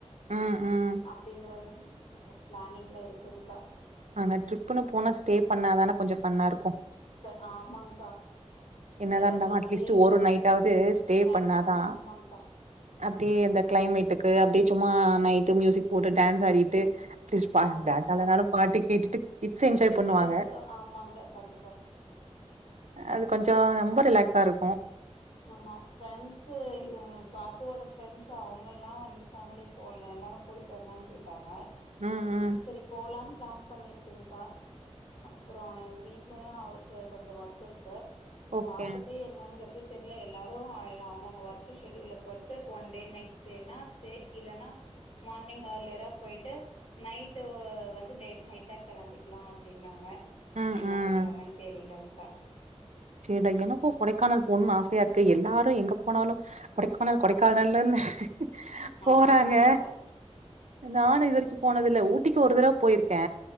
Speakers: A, on the right; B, on the left.
A: ம், ம்.
B: அப்டிங்கற ஒரு ப்ளானிங்ல இருக்குங்கா
A: ஆனா ட்ரிப்புன்னு போனா ஸ்டே பண்ணா தான கொஞ்சம் ஃபன்னா இருக்கும்.
B: இப்ப ஆமாங்க்கா
A: என்னதா
B: ர
A: இருந்தாலு
B: ரூம்லயே
A: அட்லீஸ்ட்
B: கொஞ்சோ
A: ஒரு நைட்டாவது
B: என்ஜாய்
A: ஸ்டே
B: நைட்டு
A: பண்ணாதா
B: ஆமாங்க்கா
A: அப்டியே அந்த கிளைமேட்டுக்கு அப்டியே சும்மா நை ட்டு மியூசிக் போட்டு டான்ஸ் ஆடிட்டு அட்லீஸ்ட் பா
B: ஆமாங்க்கா
A: டான்ஸ் ஆடலனாலு பாட்டு கேட்டுட்டு கிட்ஸ் என்ஜாய்
B: கேட்டுட்டு
A: பண்ணுவாங்க
B: ஆமாங்க கண்டிப்பா
A: அது கொஞ்சோ ரொம்ப ரிலாக்ஸா இரு இருக்கு
B: ஆமா ஃப்ரெண்ட்ஸ்சு இவங்க பாப்பாவோட ஃப்ரெண்ட்ஸ் அவங்கல்லா வந்து ஃபேமிலிய போலே எல்லாரு போயிட்டு வரலானு கேட்டாங்க
A: ம் ம்
B: செரி போலாம் பிளான் பண்ணிருக்குங்கா அப்பற என் வீட்லயு அவருக்கு கொஞ்ச ஒர்க் இருக்கு
A: ஓகே
B: பாத்துட்டு என்னங்கிறது தெரிலே எல்லாரு எல்ல அவங்கவுங்க ஒர்க் ஷெடியூல்ல பொறுத்து ஒன் டே நைட் ஸ்டேனா ஸ்டே இல்லன்னா மார்னிங் ஹேர்லியரா போயிட்டு நைட்டு வந்து லேட் நைட்டா கிளம்பிக்கலா அப்டின்னாங்க
A: ம்
B: என்ன
A: ம்
B: பண்றாங்கன் தெரியல க
A: சேரிடா எனக்கு கொடைக்கானல் போகணு ஆசையா இருக்கு எல்லாரு எங்க போனாலு கொடைக்கானல் கொடைக்கானல்னு
B: ஆமா
A: போறாங்க
B: ஆமாங்க்கா
A: நானு இத க்கு போனது
B: ஆ
A: இல்லே ஊட்டிக்கு ஒரு தர போயிருக்கே